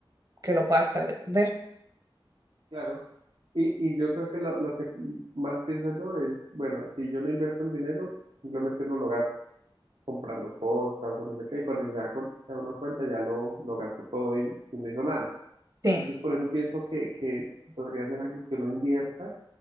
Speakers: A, on the right; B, on the right.
A: que lo puedas perder.
B: claro. Y, y yo creo que lo, lo que más pienso yo es, bueno, si yo no invierto el dinero, simplemente uno lo gasta comprando cosas o no sé qué, y cuando se da, cu- se da uno cuenta ya lo, lo gastó todo y, y no hizo nada.
A: Sí,
B: Entonces por eso pienso que, que podría ser algo que uno invierta